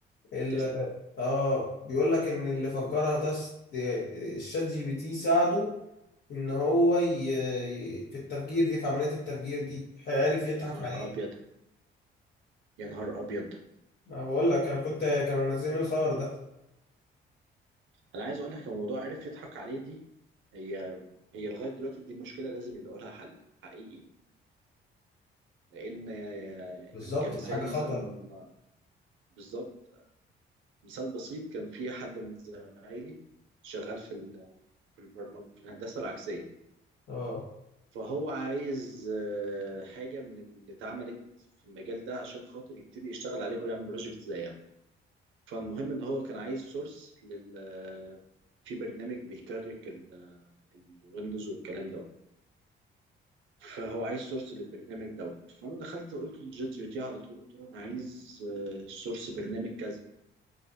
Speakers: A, on the left (about 60°); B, on the right (about 80°).
A: ال...
B: تسلا
A: آه بيقول لك إن اللي فجرها ده است- الشات جي بي تي ساعده ان هو ي... ي- في التفجير دي في عملية التفجير دي هيعرف يضحك
B: يا نهار
A: عليه
B: ابيض يا نهار ابيض
A: ما بقول لك انا كنت كانوا منزلين الخبر ده
B: انا عايز اقول لك الموضوع عرف يضحك عليه دي هي هي لغايه دلوقتي دي مشكله لازم يلاقوا لها حل حقيقي لان
A: بالظبط
B: يعني كمثال
A: ده حاجة خطر
B: مثلا بالظبط مثال بسيط كان في حد من زمايلي شغال في ال- في البرمجه في الهندسه العكسيه
A: اه
B: فهو عايز آه، حاجه من اللي اتعملت في المجال ده عشان خاطر يبتدي يشتغل عليه ويعمل بروجكت زيها فالمهم ان هو كان عايز سورس لل آه، في برنامج بيكرك الويندوز والكلام ده فهو عايز سورس للبرنامج دوت فانا دخلت قلت للشات جي بي تي على طول قلت له انا عايز آه، سورس برنامج كذا